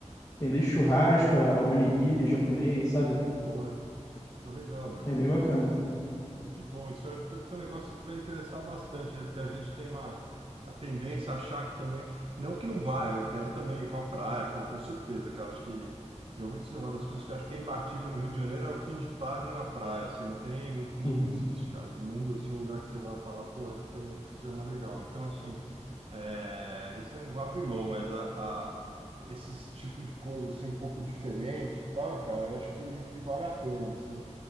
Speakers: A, on the left; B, on the right.
A: tem desde churrasco, a onigiri japonês, sabe?
B: Pô, pô, legal, meu.
A: É bem bacana.
B: Pô, que bom, isso acho que pode ser um negócio que vai interessar bastante, aí, porque a gente tem uma a tendência a achar que também, não que não vai. eu quero também ir para praia, pô, com certeza, cara, acho que eu vou te dizer uma das coisas que eu acho que é imbatível no Rio de Janeiro é o fim de tarde na praia, assim, não tem, não,
A: Uhum,
B: não existe, cara, no mundo assim um lugar que você vai falar, porra, que, que seja mais legal. Então, assim, é, isso eu não vou abrir mão, mas a, a- esses tipo de coisa assim um pouco diferente e tal, cara, eu acho que, que vale a pena, assim.